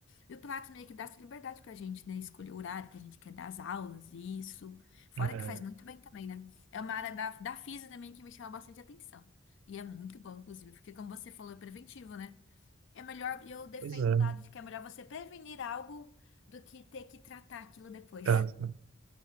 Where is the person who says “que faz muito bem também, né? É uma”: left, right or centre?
Left